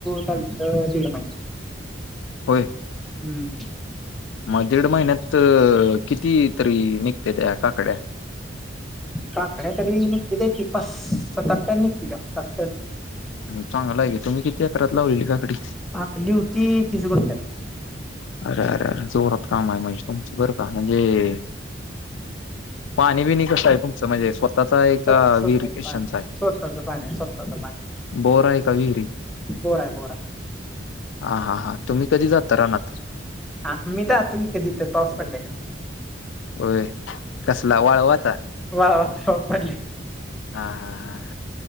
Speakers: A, in the centre; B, on the left.
A: चालतं दीड महिना.
B: होय.
A: हम्म
B: मग दीड महिन्यात किती तरी निघत्यात काकड्या.
A: काकड्या तरी निघत्याता की पास सताट टण निघत्यात सात‌टन.
B: मग चांगल आहेे की, तुम्ही किती एकरात लावलेली काकडी.
A: आपली होती तीस गुंट्यात.
B: अरे अरे अरे जोरात काम आहे. म्हणजे तुमचं बरं का म्हणजे,
A: <inaudible>
B: पाणी बिणी कसं आहे. तुमचं म्हणजे स्वतःचा
A: स्वतः
B: का
A: स्वतःच
B: वीर गेशंचा
A: पाणी
B: आहे.
A: स्वतःच पाणी स्वतःच पाणी
B: बोर आहे का विहिरी.
A: बोर आय बोर आय.
B: हा हा हां तुम्ही कधी जाता रानांत.
A: हा मी जातो की कधी तर पाऊस पडल्या गत.
B: होय कसला वाळवाचा.
A: वाळवाचा पडलाय.
B: हा हा